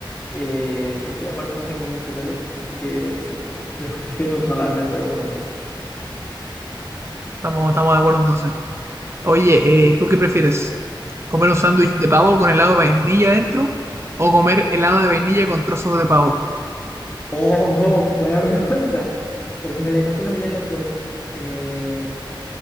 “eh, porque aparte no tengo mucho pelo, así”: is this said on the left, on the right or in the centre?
Left